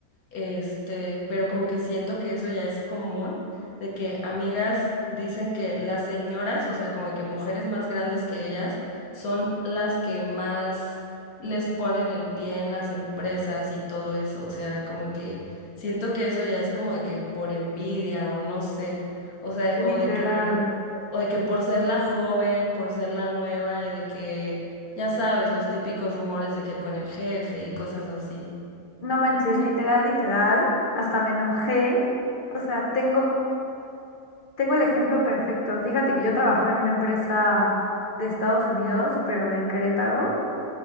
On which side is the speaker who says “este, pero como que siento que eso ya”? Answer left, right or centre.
Left